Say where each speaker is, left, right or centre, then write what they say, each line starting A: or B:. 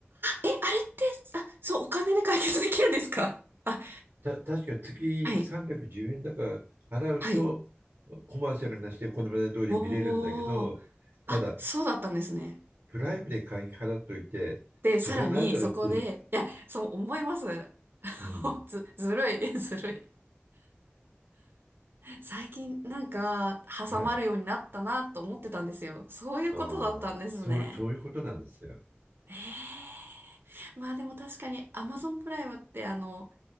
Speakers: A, on the right; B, on the right.
A: え、あれって、あ、そう、お金で解決できるんですかあ、
B: た、確か月310円だから払うと、
A: はい。はい。
B: コマーシャルなしでこのまで通り見れるんだけど、
A: おー。
B: ただ、
A: あ、そうだったんですね。
B: プライムで会費払っといて、
A: で、
B: それはないだろうっていう。
A: さらにそこで、いや、そう思います。<laughs>
B: うん。
A: ず、ずるい、<laughs> ずるい。最近なんか挟まるようになったなと思ってたんですよ。
B: はい。
A: そういうことだったんですね。
B: ああ、そう、そういうことなんですよ。
A: えー。まあでも確かに Amazon プライムってあの、